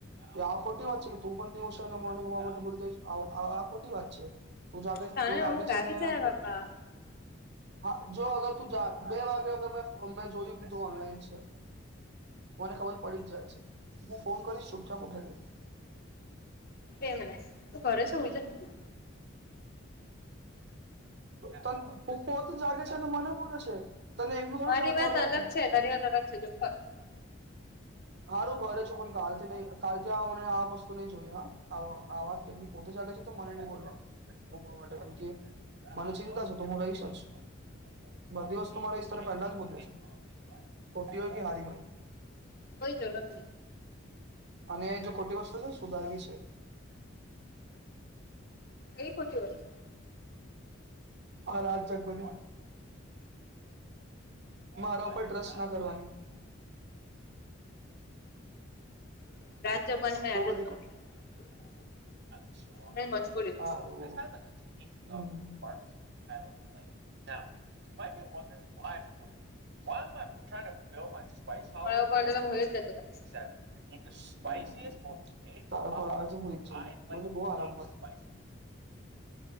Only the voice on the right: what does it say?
<unintelligible> આ ખોટી વાત છે કે તું પણ છેને <unintelligible> <unintelligible> આ કોટી વાત છે. તું જાગે
તું જાગે
છે
ને.
હા જો અગર તું બે વાગે મે જોયું કે તું ઓનલાઈન છે. મને ખબર પડી જ જાય છે હું ફોન કરીશ ચુપચાપ ઉઠારી લેજે.
ત પોતે જાગે છે અને મને બોલે છે. તને એકલું થોડી
જાગવા
દવું.
હારું ઘરે છું પણ કાલથી નઈ કાલથી મને આ વસ્તુ નહી જોઈ હા આ વાત કેમ કે પોતે છે ને. મને નહી બોલવાનું માટે મને ચિંતા છે તો હું રહીશ. બધી વસ્તુ મારા <unintelligible> ને પેલા જ બોલીશ છે ખોટી હોય કે હારી હોય.
અને જો ખોટી વસ્તુ છે સુધારવી છે.
આ રાજ જગપતી. મારા ઉપર ટ્રસ્ટ ના કરવાની.
બહુ બધી કો- હારું
<inaudible> <inaudible>
<unintelligible> હું મને બહું આરામ મડે.